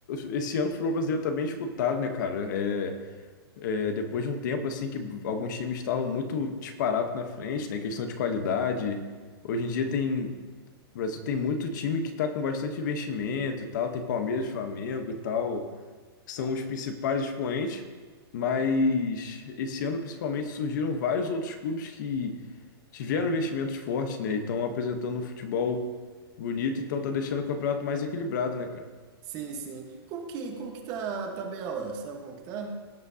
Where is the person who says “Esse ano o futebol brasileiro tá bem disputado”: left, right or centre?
Left